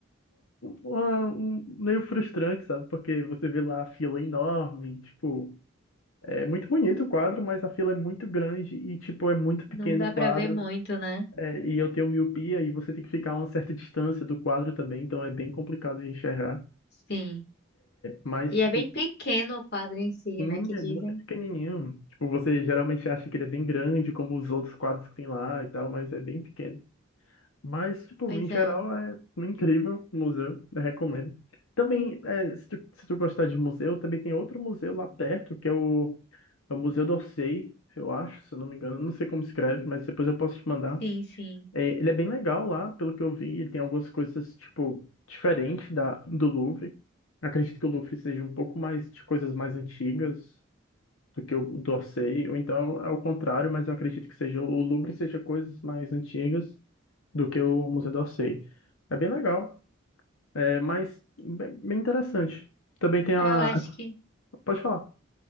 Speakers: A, on the left; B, on the left.
A: uma- um meio frustrante, sabe? Porque você vê lá a fila enorme, tipo, é muito bonito o quadro, mas a fila é muito grande e, tipo, é muito pequeno
B: não dá
A: o
B: para
A: quadro.
B: ver muito, né?
A: É, e eu tenho miopia e você tem que ficar a uma certa distância do quadro também, então é bem complicado de enxergar.
B: Sim.
A: Mas,
B: E é
A: tipo,
B: bem pequeno o quadro em si,
A: Sim,
B: né? Que
A: ele
B: dizem.
A: é muito pequenininho. Tipo, você geralmente acha que ele é bem grande, como os outros quadros que tem lá e tal, mas é bem pequeno. Mas, tipo,
B: Pois
A: em geral,
B: é.
A: é um incrível museu, eu recomendo. Também, é, se tu, se tu gostar de museu, também tem outro museu lá perto, que é o, é o Museu d'Orsay, eu acho, se eu não me engano. Eu Não sei como escreve, mas depois eu posso te mandar.
B: Sim, sim.
A: É, ele é bem legal lá, pelo que eu vi, ele tem algumas coisas, tipo, diferentes da, do Louvre. Acredito que o Louvre seja um pouco mais de coisas mais antigas, do que eu torcei, ou então é o contrário, mas eu acredito que seja o Louvre seja coisas mais antigas do que o Museu d'Orsay. É bem legal, é mais bem bem interessante. Também tem a.
B: Eu acho que
A: Pode falar.